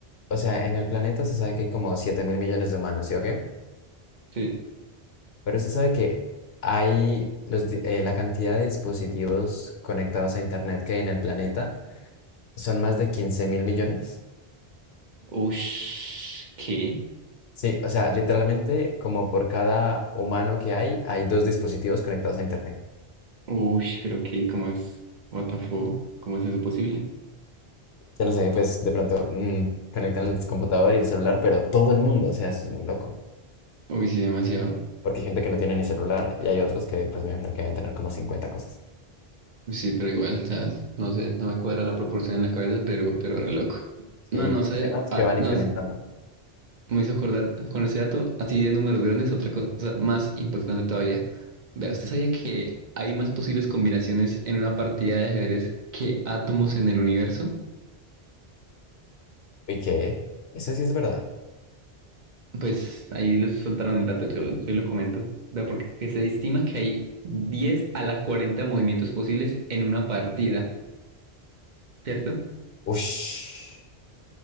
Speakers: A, on the left; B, on the right.
A: o sea, en el planeta se sabe que hay como siete mil millones de humanos, ¿sí o qué?
B: Sí.
A: Pero usted sabe que hay los, di- eh, la cantidad de dispositivos conectados a Internet que hay en el planeta son más de quince mil millones.
B: Ush, ¿qué?
A: Sí, o sea, literalmente como por cada humano que hay, hay dos dispositivos conectados a Internet.
B: Ush, pero qué, ¿cómo es? What the fuck? ¿Cómo es eso posible?
A: Yo no sé, pues de pronto mm, conectan el computador y el celular, pero todo el mundo, o sea, eso es muy loco.
B: Uy, sí, demasiado.
A: porque hay gente que no tiene ni celular y hay otros que pues me imagino que deben tener como cincuenta cosas.
B: Sí, pero igual, o sea, no sé, no me cuadra la proporción en la cabeza, pero, pero re loco. No,
A: Y
B: no sé,
A: temas que
B: ah,
A: van
B: no,
A: incrementando.
B: Me hizo acordar con ese dato, así de números grandes, otra cosa más impactante todavía. Vea, ¿usted sabía que hay más posibles combinaciones en una partida de ajedrez que átomos en el universo?
A: ¿Y qué? Eso sí es verdad.
B: Pues ahí les soltaron el dato, yo, yo lo comento. Vea, porque se estima que hay 10 a la 40 movimientos posibles en una partida, ¿cierto?
A: Ush.